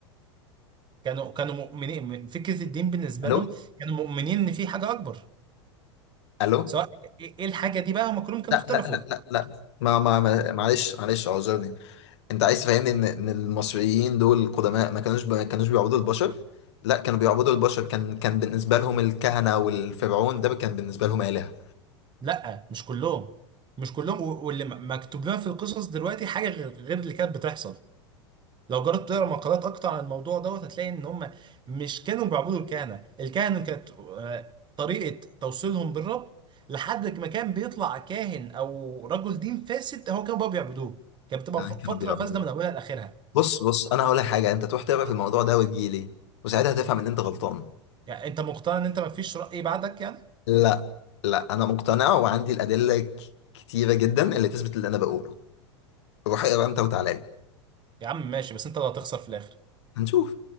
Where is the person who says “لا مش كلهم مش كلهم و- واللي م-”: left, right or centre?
Right